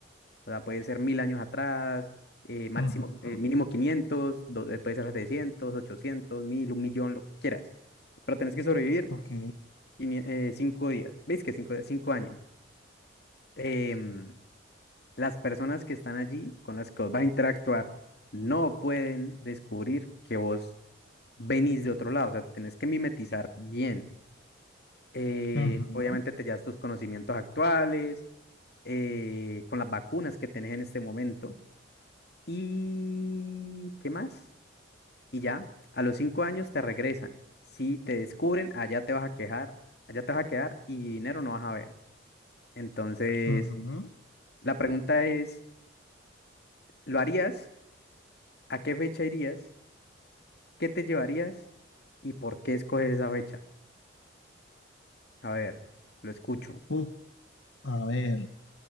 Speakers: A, on the left; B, on the left.
A: o sea, puede ser 1000 años atrás, eh, máximo,
B: ujú,
A: eh, mínimo 500. do- eh, puede ser 700, 800, 1000, un millón, lo que quieras, pero tenés que sobrevivir
B: Ok.
A: quini- eh, cinco días, ¿veis que cinco, cinco años? em, las personas que están allí, con las que vos vas a interactuar, no pueden descubrir que vos venís de otro lado. O sea, tenés que mimetizar bien. Eh,
B: Ujú,
A: obviamente te llevas tus conocimientos actuales, eh, con las vacunas que tenés en este momento. ¿Y qué más? Y ya, a los cinco años te regresan. Si te descubren, allá te vas a quejar, allá te vas a quedar y dinero no vas a ver. Entonces,
B: ujú.
A: la pregunta es, ¿lo harías? ¿A qué fecha irías? ¿Qué te llevarías? ¿Y por qué escoges esa fecha? A ver, lo escucho.
B: Uf, a ver.